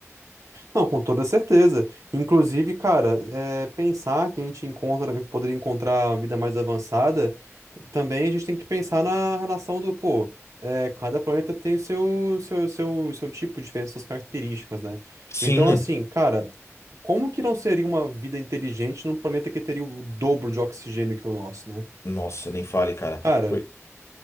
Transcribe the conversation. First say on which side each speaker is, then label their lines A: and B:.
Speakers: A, on the right; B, on the left.
A: Não, com toda certeza. Inclusive, cara, é, pensar que a gente encontra, poderia encontrar uma vida mais avançada, também a gente tem que pensar na relação do, pô, é, cada planeta tem o seu, seu, seu, seu tipo diferente, suas características, né?
B: Sim.
A: Então, assim, cara, como que não seria uma vida inteligente num planeta que teria o dobro de oxigênio que o nosso, né?
B: Nossa, nem fale, cara.
A: Cara,
B: Por-